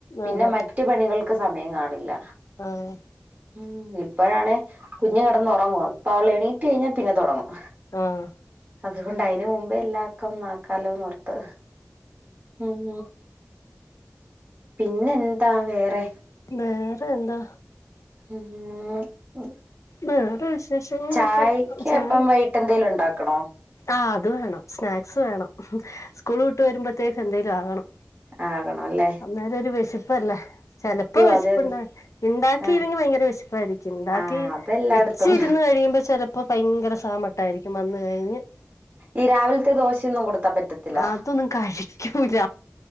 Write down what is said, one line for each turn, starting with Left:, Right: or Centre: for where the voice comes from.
Right: പിന്നെ
Left: അതെ
Right: മറ്റു പണികൾക്ക് സമയം കാണില്ല.
Left: ആഹ്.
Right: ഉം ഇപ്പോഴാണേ കുഞ്ഞു കെടന്നൂറങ്ങുവാ അപ്പം അവൾ എണീറ്റ് കഴിഞ്ഞാ പിന്നെ തൊടങ്ങും.
Left: ആഹ്
Right: അതുകൊണ്ട് അതിന് മുമ്പേ എല്ലാ ക്കും ആക്കാലോന്നോർത്ത്. ഉം പിന്നെ എന്താ വേറെ
Left: വേറെ എന്താ.
Right: ഉം
Left: വേറെ വിശേഷങ്ങളൊക്കെ
Right: ചായക്ക്
Left: ചായ
Right: അപ്പം വൈ ട്ടേന്തേലും ഇണ്ടാക്കണോ.
Left: ആഹ് അത് വേണം സ്നാക്സ് വേണം സ്കൂൾ വിട്ട് വരുമ്പോത്തേക്കും എന്തേലും ആകണം.
Right: ആകണോല്ലേ.
Left: അന്നേരൊരു വെശപ്പല്ലേ. ചെലപ്പോ വേഷപുണ്ടാവൂല
Right: അതെ അതെ
Left: ഇണ്ടാക്കിയില്ലെങ്കിൽ
Right: ആ
Left: ഭയങ്കര വിശിപ്പായിരിക്കും ഇണ്ടാക്കി
Right: ആഹ് അതെല്ലായിടത്തും
Left: വെച്ചിരുന്ന് കഴിയുമ്പോ ചെലപ്പോ ഭയങ്കര സാമട്ടായിരിക്കും വന്ന് കഴിഞ്ഞ്
Right: ഈ രാവിലത്തെ ദോശയൊന്നും കൊടുത്താ പറ്റത്തില്ല
Left: അതൊന്നും കഴിക്കൂല.